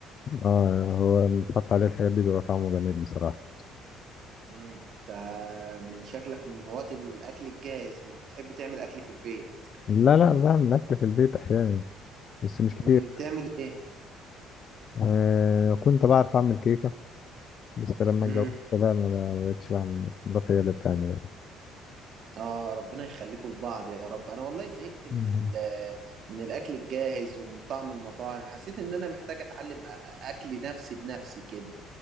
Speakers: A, on the left; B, on the right.
A: أه هو بنحط عليه الحاجات دي بيبقى طعمه جميل بصراحة
B: امم انت من شكلك من هواة الاكل الجاهز مش بتحب تعمل اكل في البيت
A: لا لا بعمل أكل في البيت أحيانا بس مش كتير
B: امم بتعمل ايه
A: آه كنت بعرف أعمل كيكة بس لما
B: امم
A: اتجوزت بقى ما ما بقتش بعمل مراتي هي اللي بتعمل يعني
B: اه ربنا يخليكم لبعض يا رب انا والله زهقت من
A: مهم.
B: ال من الاكل الجاهز ومن طعم المطاعم حسيت ان انا محتاج اتعلم أ- اكل نفسي بنفسي كده